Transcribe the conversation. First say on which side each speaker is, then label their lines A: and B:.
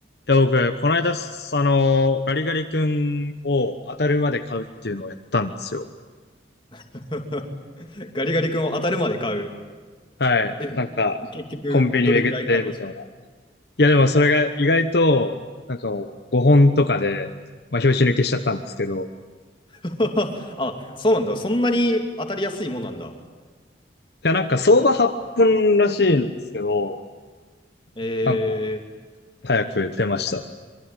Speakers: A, on the left; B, on the left.
A: や、僕、この間、すあの、ガリガリ君を当たるまで買うっていうのをやったんですよ。
B: <laughs> ガリガリ君を当たるまで買う。
A: はい。
B: え、
A: なんか、
B: 結局、
A: コンビニ巡って、
B: どれぐらい買いました
A: みたいな。いや、でもそれが意外と、なんかもう5本とかで、まあ、拍子抜けしちゃったんですけど。
B: <laughs> あ、そうなんだ。そんなに当たりやすいもんなんだ。
A: いや、なんか相場8本らしいんですけど、
B: え
A: なんか、
B: ー、
A: 早く出ました。